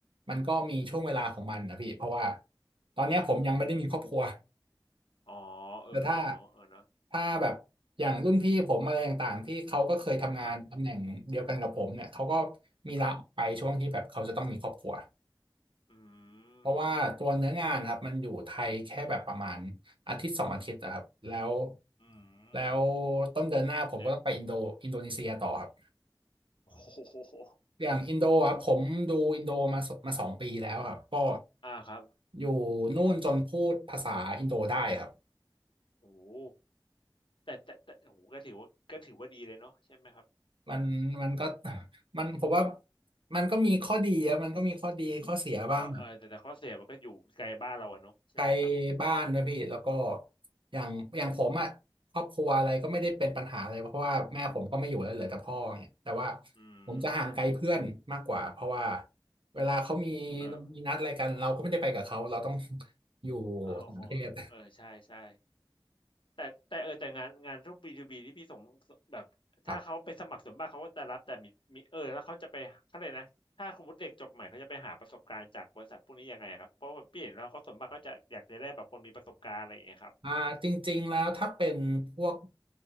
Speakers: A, on the right; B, on the left.
A: มันก็มีช่วงเวลาของมันนะพี่เพราะว่าตอนเนี้ยผมยังไม่ได้มีครอบครัว
B: อืมอ๋อเออเออเนาะเออเนาะ
A: แต่ถ้าถ้าแบบอย่างรุ่นพี่ผมอะไรต่างๆที่เขาก็เคยทำงานตำแหน่งเดียวกันกับผมเนี่ยเขาก็
B: ครับ
A: มีลาออกไปช่วงที่แบบเขาจะต้องมีครอบครัว
B: ครับอื
A: เพราะว่าตัวเนื้องานครับมันอยู่ไทยแค่แบบประมาณ
B: มอืมอืม
A: อาทิตย์สองอาทิตย์อะครับแล้ว
B: อืม
A: แล้วต้นเดือนหน้าผมก็ต้องไปอินโดอินโดนีเซียต่อครับ
B: เน้น โอ้โห
A: อย่างอินโดครับผมดูอินโดมาสมาสองปีแล้วครับก็
B: อ่าครับ
A: อยู่นู่นจนพูดภาษาอินโดได้ครับ
B: โอ้โหแต่แต่แต่โอ้โหก็ถือว่าก็ถือว่าดีเลยเนาะใช่ไหมครับ
A: มันมันก็ <laughs> มันผมว่ามันก็มีข้อดีอะมันก็มีข้อดีข้อเสียบ้าง
B: อ๋อเออแต่แต่ข้อเสียมันก็อยู่ไกลบ้านเราอะเนาะใช่ไหมครับ
A: ไกลบ้านด้วยพี่แล้วก็อย่างอย่างผมอ่ะครอบครัวอะไรก็ไม่ได้เป็นปัญหาอะไรเพราะว่าแม่ผมก็ไม่อยู่แล้วเหลือแต่พ่อเนี่ยแต่ว่า
B: อื
A: ผมจะห่างไกลเพื่อนมากกว่าเพราะว่า
B: ม
A: เวลาเขามี
B: เออ
A: มีนัดอะไรกันเราก็ไม่ได้ไปกับเขาเราต้อง <laughs> อยู่
B: โอ้โหเออใช่ใช่
A: ต่างประเทศ
B: แต่แต่เออแต่งานงานพวกบีทูบีที่พี่ส่งแบบถ้าเขาไปสมัครส่วนมากเขาก็จะรับแต่มีมีเออแล้วเขาจะไปเขาเลยกนะถ้าสมมติเด็กจบใหม่เขาจะไปหาประสบการณ์จากบริษัทพวกนี้ยังไงอะครับเพราะพี่เห็นแล้วเขาส่วนมากเขาจะอยากจะได้แบบคนมีประสบการณ์อะไรอย่างเงี้ยครับ
A: ครับอ่าจริงๆแล้วถ้าเป็นพวก